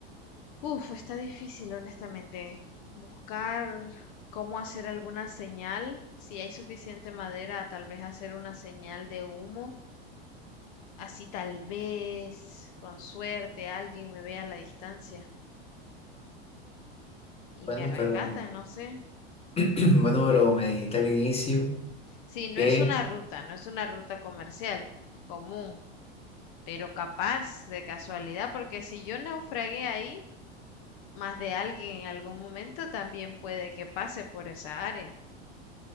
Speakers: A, on the left (about 55°); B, on the left (about 20°).
A: uf, está difícil honestamente, buscar cómo hacer alguna señal, si hay suficiente madera, tal vez hacer una señal de humo Así tal vez, con suerte, alguien me vea a la distancia y
B: Bueno,
A: me rescatan,
B: pero, <clears throat>
A: no sé.
B: bueno, pero me dijiste al inicio.
A: Sí, no
B: que
A: es una ruta, no es una ruta comercial común, pero capaz de casualidad, porque si yo naufragué ahí, más de alguien en algún momento también puede que pase por esa área.